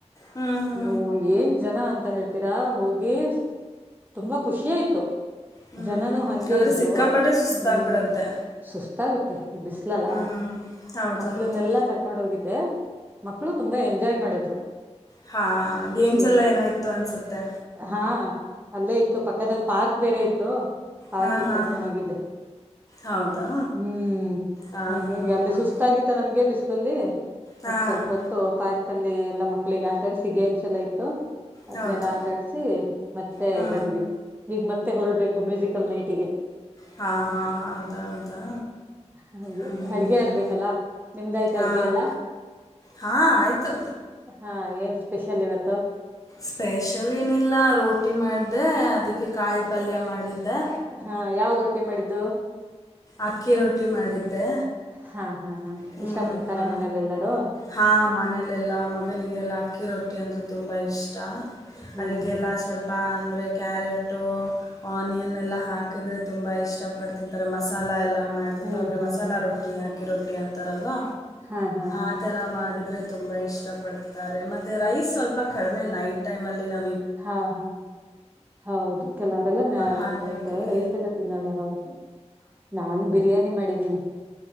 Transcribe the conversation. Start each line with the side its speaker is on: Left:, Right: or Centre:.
Left: ಹ್ಞೂ ಹ್ಞೂ
Right: ಓ ಏನ್ ಜನ ಅಂತ ಹೇಳ್ತೀರಾ ಹೋಗಿ ಬೇ ತುಂಬಂಬ ಖುಷಿಯ ಆಾಯಯ್ತು
Left: ಹ್ಞೂ
Right: ಜನನು ಹಂಗೆ
Left: ಆದರೆ
Right: ಇದ್ರು
Left: ಸಿಕ್ಕಾಪಟ್ಟೆ ಸುಸ್ತಾಗ್ಬಿಡತ್ತೆ
Right: ಹ್ಮ್ ಸುಸ್ತಾಗುತ್ತೆ ಬಿಸ್ಲಲ್ಲ
Left: ಹ್ಞೂ ಹೌದು
Right: ಮಕ್ಳನ್ನೆಲ್ಲಾ
Left: ಹೌದು
Right: ಕರ್ಕೊಂಡ್ ಹೋಗಿದ್ದೆ ಮಕ್ಳು ತುಂಬಾ ಎಂಜಾಯ್ ಮಾಡಿದ್ರು
Left: ಹಾ
Right: ಖುಷಿ
Left: ಗೇಮ್ಸ್
Right: ಆಯ್ತು
Left: ಎಲ್ಲ ಏನೋ ಇತ್ತು ಅನ್ಸುತ್ತೆ
Right: ಹಾ ಅಲ್ಲೇ ಇತ್ತು ಪಕ್ಕದಲ್ಲಿ ಪಾರ್ಕ್ ಬೇರೆ ಇತ್ತು ಪಾರ್ಕಿ
Left: ಹಾಂ ಹಾಂ
Right: ಕರ್ಕೊಂಡ ಹೋಗಿದ್ದೆ
Left: ಹೌದಾ
Right: ಹ್ಮ್
Left: ಹಾಂ
Right: ಹಾಗೆೆ
Left: ಹಾಂ
Right: ಅಲ್ಲಿ
Left: ಹಾಂ
Right: ಸುಸ್ತಾಗಿತ್ತ ನಮ್ಗೆ ಬ್ ಲ್ಲಿಗೆ ಮತ್
Left: ಹಾಂ
Right: ಸ್ವಲ್ಪ ಹೊತ್ತು ಪಾರ್ಕ್ ಮಲ್ಲಿ ಎಲ್ಲ ಮಕ್ಕ ಮಕ್ಕಳಿಗೆ ಆಟಾಡಸಿ ಗೇಮ್ಸ್ ಎಲ್ಲಾ ಇತ್ತು ಅದ್ನೆಲ್ಲಾ
Left: ಹೌದು
Right: ಆಟಾಡ್ಸಿ ಮತ್ತೆ
Left: ಹ್ಞೂ
Right: ಬಂದ್ವಿ ಈಗ್ ಮತ್ತೆ ಹೊರಡ್ಬೇಕು ಮ್ಯೂಸಿಕಲ್ ನೈಟ್ ತಿಗೆ
Left: ಹಾ ಹಾಂ ಹೌದಾ ಹೌದಾ
Right: ಹಾಗೆ
Left: ಹಾ
Right: ಅಡ್ಗೆ
Left: ಹ್ಞ
Right: ಆಗ್ಬೇಕಲ್ಲ ನಿಮ್ದಾಯ್ತ
Left: ಹಾಂ
Right: ಅಡ್ಗೆ ಎಲ್ಲಾ
Left: ಹಾ ಆಯಿತು
Right: ಹಾ ಏನ್ ಸ್ಪೆಷಲ್ ಇವತ್ತು
Left: ಸ್ಪೆಷಲ್ ಏನಿಲ್ಲ ರೋಟಿ ಮಾಡಿದೆ ಅದಕ್ಕೆ ಕಾಳು
Right: ಹ್ಮ
Left: ಪಲ್ಯ ಮಾಡಿದ್ದೆ
Right: ಹಾ ಯಾವ್ ರೋಟಿ ಮಾಡಿದ ದ
Left: ಅಕ್ಕಿ ರೊಟ್ಟಿ ಮಾಡಿದ್ದೆ
Right: ಹಾ ಹಾ ಹಾ
Left: ಹ್ಞ
Right: ಇಷ್ಟ ಪಡ್ತಾರ
Left: ಹ್ಞ
Right: ಮನೇಲೆಲ್ಲಾರು
Left: ಹಾಂ ಮನಲೆೆಲ್ಲ ಮಗನಿಗೆಲ್ಲ ಅಕ್ಕಿ ರೊಟ್ಟಿ ಟಿ ಅಂದ ತುಂಬಾ ಇಷ್ಟ
Right: ಹ್ಮ್
Left: ಅದಕ್ಕೆಲ್ಲ
Right: ಹ್ಮ್
Left: ಸ್ವಲ್ಪ ಕ್ಯಾರೆಟ್ ಆನಿಯನ್ ಎಲ್ಲಾ ಹಾಕಿದ್ರೆ ತುಂಬಾ ಇಷ್ಟ ಪಡ್ ತಿಂತಾರೆ ಮಸ ಮಸಾಲ ಎಲ್ಲ ಮಾಡಿಬಿಟ್ಟು
Right: ಹ್ಮ್
Left: ಅಂದರೆ
Right: ಹ್ಮ್
Left: ಮಸಾಲ
Right: ಹ್ಮ್
Left: ರೊಟ್ಟಿ ಹಾಕಿ ರೊಟ್ಟಿ ಿ ಅಂತಾರಲ್ವಾ
Right: ಹಾ ಹಾ ಹಾ
Left: ಆರ ಮಾಡಿದ್ರೆ ತುಂಬಾ ಇಷ್ಟ ಪಡ್ತಾರೆ ಮತ್ತೆ ರೈಸ್ ಸ್ವಲ್ಪ ಕಡಿಮೆ ನೈಟ್ ಟೈಮ್ ಅಲ್ಲಿ ನ
Right: ಹಾ ಹಾ ಹೌದು ಕೆಲವರೆಲ್ಲ ನ
Left: ಹಾಗಾಗಿ
Right: ನೈಟ್ ರೈಸ್ ಎಲ್ಲ ತಿನ್ನಲ್ಲ ಹೌದು ನಾನ್ ಬಿರಿಯಾನಿ ಮಾಡಿದ್ದೀನಿ